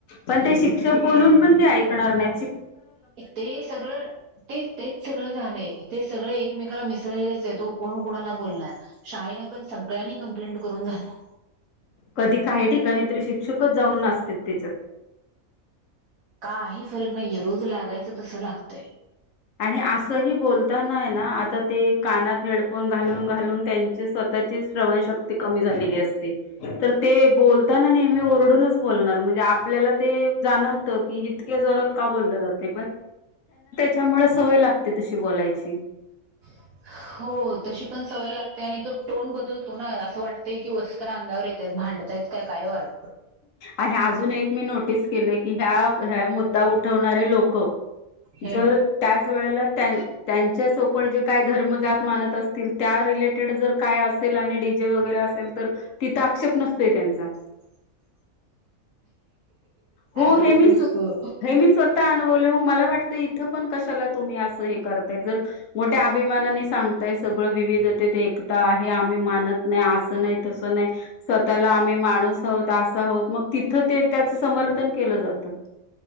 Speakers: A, on the left; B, on the right.
A: पण ते बोलून पण ते ऐकणार नाही.
B: ते सगळ ते तेच सगळं झालं ते सगळ एकमेकाला मिस- ळच आहे तो कोण कोणाला बोलणार शाळेनं पण सगळ्यांनी कंप्लेंट करून झाल्या.
A: कधी काही ठिकाणी तर शिक्षकच जाऊन नाचतेत त्याच्यात.
B: काही फरक नाहीये. रोज लागायचं तसं लागतय.
A: आणि असंही बोलताना ना आता ते कानात हेडफोन घालून घालून त्यांचे स्वत त्यांची श्रवण शक्ती कमी झालेली असते. तर ते बोलताना नेहमी ओरडूनच बोलणार म्हणजे आपल्या ते जाणवत की. इतके जोरता का बोल जात. च्यामुळे सवय लागते तशी बोलायची.
B: हा. हो तशी पण सवय लागते आणि तो टोन बदलतो ना असं वाटते की वस्कन अंगावर येतय भांडतय. काय वार.
A: आणि अजून एक मी नोटीस केलं की ह्या ह्या मुद्दा उठवणारे लोक.
B: हे
A: जर त्याच वेळेला त्या - त्यांच्या सोकोल्ड जे काय धर्म-जात मानत असतील. त्या रिलेटेड जर काय असेल आणि डी जे वगैरे असेल तर तिथं आक्षेप नसतय त्यांचा
B: <inaudible>
A: हो
B: अजिबात
A: हे मी
B: नसतो
A: हे मी स्वतः अनुभवले मग मला वाटत. इथ पण कशाला तुम्ही अस हे करताय जर मोठ्या अभिमानाने सांगताय सगळं विविध. एकता आहे. आम्ही मानत नाही. असं नाही तस नाही स्वतःला आम्ही माणूस. तास आहोत मग तिथं ते त्याचं समर्थन केलं जात.